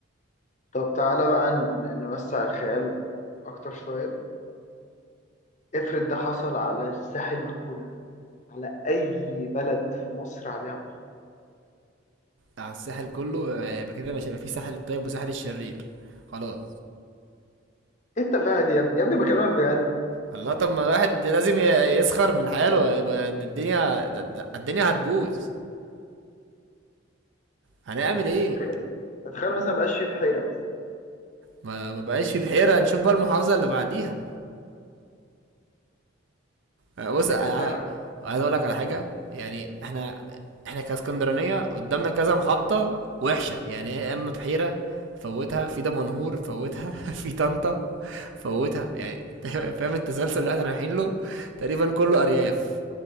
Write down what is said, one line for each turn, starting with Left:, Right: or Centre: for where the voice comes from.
Left: طب تعالى بقى ن- نوسع الخيال اكتر شوية افرض ده حصل على الساحل كله على اي بلد في مصر عليها بحر
Right: على الساحل كله آه، يبقى كده مش هيبقى في ساحل الطيب وساحل الشرير خلاص
Left: انت فاهم يا ابني يا ابني بكلمك بجد
Right: الله طب ما الواحد لازم ي- يسخر من حاله يبقى الدنيا الدنيا هتبوظ هنعمل ايه
Left: طب بجد اتخيل مثلا مبقاش فيه بحيرة مثلا
Right: ما ما بقاش في بحيرة نشوف بقى المحافظة اللي بعديها آه، بص
Left: تفتكر
Right: انا
Left: فعلا
Right: أنا عايز اقول لك على حاجه يعني احنا احنا كاسكندرانيه قدامنا كذا محطه وحشه يعني يا اما بحيره فوتها في دمنهور فوتها <laughs> في طنطا فوتها يعني <laughs> فاهم التسلسل اللي احنا رايحين له تقريبا كله ارياف